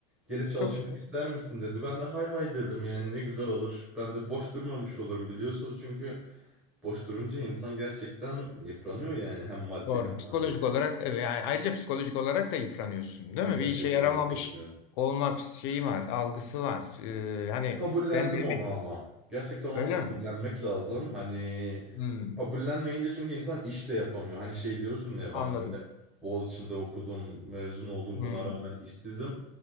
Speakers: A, in the centre; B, on the left (about 50°).
A: Gelip çalışmak
B: Çok iyi.
A: ister misin dedi. Ben de hay hay dedim yani ne güzel olur. Ben de boş durmamış olurum biliyorsunuz çünkü boş durunca insan gerçekten yıpranıyor yani hem maddi
B: Doğru.
A: hem
B: Psikolojik
A: manevi.
B: olarak evet, yani ayrıca psikolojik olarak da yıpranıyorsun, değil
A: Ya
B: mi?
A: gerçekten
B: Bir işe yaramamış
A: yıpratıyorum.
B: olma şeyi var, algısı var. Ee, hani
A: Kabullendim
B: ben demek
A: onu ama. Gerçekten onu
B: öyle
A: kabullenmek
B: mi?
A: lazım.
B: Hmm,
A: Hani
B: hmm,
A: kabullenmeyince çünkü insan iş de yapamıyor. Hani şey diyorsun ya
B: anladım.
A: ben böyle Boğaziçi'nde okudum, mezun oldum
B: Hmm,
A: buna rağmen işsizim.